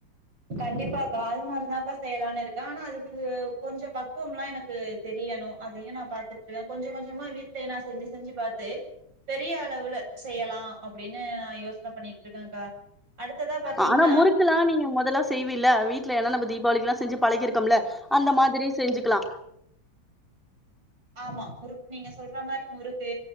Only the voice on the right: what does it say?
கண்டிப்பாக்கா அதுமாரி தாக்கா செய்யலான்னு இருக்கேன் ஆனா அதுக்கு கொஞ்சோ பக்குவம்லாம் எனக்கு தெரியணு அதையு நா பாத்துட்டு கொஞ்ச கொஞ்சமா வீட்லய நா செஞ்சு செஞ்சு பாத்து பெரிய அளவுல செய்யலா அப்டின்னு யோசனை பண்ணிட்ருக்கேக்கா அடுத்ததா பாத்தீங்கன்னா
ஆமா முறுக்கு நீங்க சொல்ற மாரி முறுக்கு